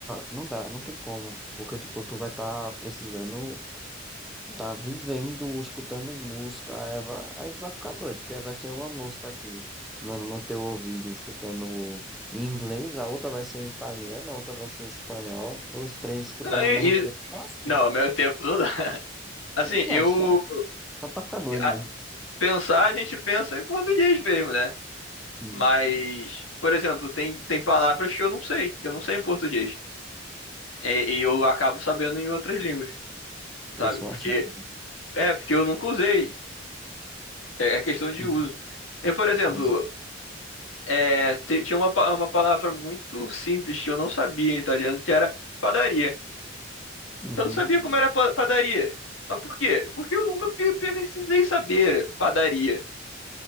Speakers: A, in the centre; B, on the left.
A: não dá, não tem como. Porque, tipo, tu vai estar precisando, tá vivendo, escutando música, aí, vai- aí tu vai ficar doido, porque vai ser uma música aqui no, no teu ouvido, escutando em inglês, a outra vai ser em italiano, a outra vai ser em espanhol, os três escutando
B: Não, E,
A: ao mesmo tempo, só assim.
B: Não, meu tempo não dá. <laughs> Assim,
A: Exato,
B: eu
A: só, só pra ficar doido
B: a-
A: mesmo.
B: pensar, a gente pensa em português mesmo, né?
A: Hum,
B: Mas, por exemplo, tem, tem palavras que eu não sei, que eu não sei em português. E, e eu acabo sabendo em outras línguas,
A: eu
B: sabe?
A: sou
B: Porque
A: assim também.
B: é porque eu nunca usei. É, é questão de
A: Hum,
B: uso. Eu, por exemplo,
A: Exato.
B: é, te- tinha uma, pa- uma palavra muito simples que eu não sabia em italiano, que era padaria.
A: Hum.
B: Eu não sabia como era pa- padaria. Mas por quê? Porque eu nunca pe- precisei saber padaria